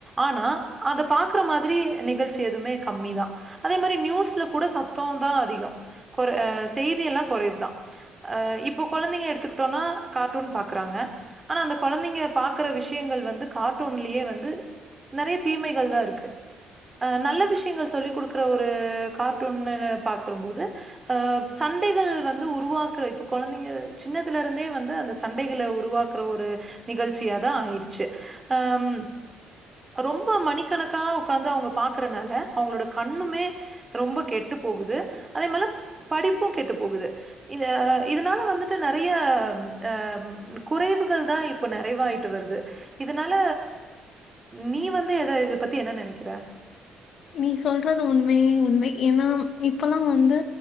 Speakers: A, on the right; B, on the left.
A: ஆனா அத பாக்கற மாதிரி நிகழ்ச்சி எதுமே கம்மிதா அதே மாரி நியூஸ்ல கூட சத்தோ தா அதிகோ கொர ஆ செய்தி எல்லா குறைவுதா ஆ இப்போ கொழந்தைங்க எடுத்துக்குட்டோனா காட்டூன் பாக்கறாங்க ஆனா அந்த கொழந்தைங்க பாக்கற விஷயங்கள் வந்து காட்டூன்லயே வந்து நெறைய தீமைகள் தா இருக்கு அ நல்ல விஷயங்கள் சொல்லிக்குடுக் குற ஒரு காட்டூன்னப் பாக்றும்போது அப் சண்டைகள் வந்து உருவாக்குற இப்ப கொழந்தைங்க சின்னதுல இருந்தே வந்து அந்த சண்டைகள உருவாக்குற ஒரு நிகழ்ச்சியாதா ஆயிருச்சு அம் ரொம்ப மணிக்கணக்கா உக்காந்து அவங்க பாக்கறனால அவங்களோட கண்ணுமே ரொம்ப கெட்டு போகுது அதே மேல படிப்பு கெட்டு போகுது இத இதனால வந்துட்டு நிறைய ஆ குறைவுகள் தா இப்போ நிறைவாயிட்டு வருது இதனால நீ வந்து எத இத பத்தி என்ன நினைக்கிற
B: நீ சொல்றது உண்மையே உண்மை ஏன்னா இப்பல்லா வந்து